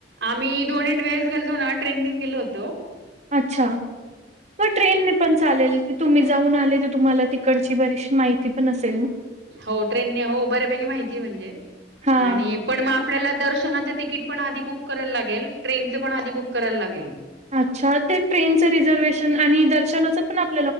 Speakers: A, on the right (about 70°); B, on the right (about 40°).
A: आम्ही दोन्ही वेळेस गेलतो ना ट्रेननीच गेलो होतो
B: अच्छा मग ट्रेनने पण चालेल की तुम्ही जाऊन आले तर तुम्हाला तिकडची बरीचशी माहिती पण असेल
A: हो ट्रेनने हो बऱ्यापैकी माहिती म्हणजे
B: हा.
A: आणि पण मग आपल्याला दर्शनाच तिकीट पण आधी बुक करायला लागेल ट्रेनचं पण आध बुक करायला लागेल
B: अच्छा ते ट्रेनचं रिझर्वेशन आणि दर्शनाचं पण आप